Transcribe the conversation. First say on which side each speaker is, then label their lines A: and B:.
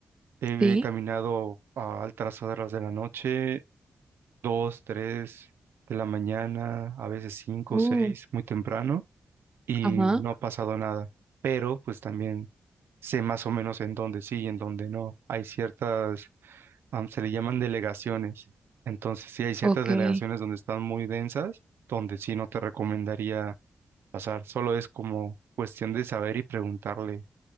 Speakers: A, on the right; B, on the right.
A: He,
B: Sí.
A: he caminado a altas horas de la noche, dos, tres de la mañana, a veces cinco,
B: uh,
A: seis, muy temprano, y
B: ajá,
A: no ha pasado nada. Pero pues también sé más o menos en dónde sí y en dónde no. Hay ciertas, am, se le llaman delegaciones. Entonces, sí hay ciertas
B: ok,
A: delegaciones donde están muy densas, donde sí no te recomendaría pasar. Solo es como cuestión de saber y preguntarle